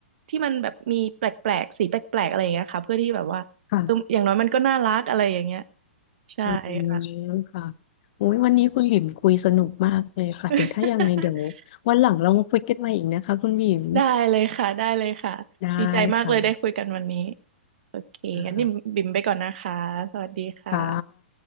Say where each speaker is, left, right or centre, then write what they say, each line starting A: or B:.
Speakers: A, on the right; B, on the left.
A: ที่มันแบบมีแปลกๆสีแปลกๆอะไรอย่างเงี้ยค่ะเพื่อที่แบบว่าเอออย่างน้อยมันก็น่ารักอะไรอย่างเงี้ย
B: ค่ะ
A: ใช่ค่ะ
B: อืมค่ะโอ้ยวันนี้คุณบิ่มคุยสนุกมากเลยค่ะเดี๋ยวถ้ายังไงเดี๋ยว
A: <laughs>
B: วันหลังเรามาคุยกันใหม่อีกนะคะคุณบิ่ม
A: ได้เลยค่ะได้เลยค่ะดีใจมากเลยได้คุยกันวันนี้
B: ได้ค่ะ
A: โอเคงั้นนี่บิ่มไปก่อนนะคะสวัสดีค่ะ
B: อ่าค่ะ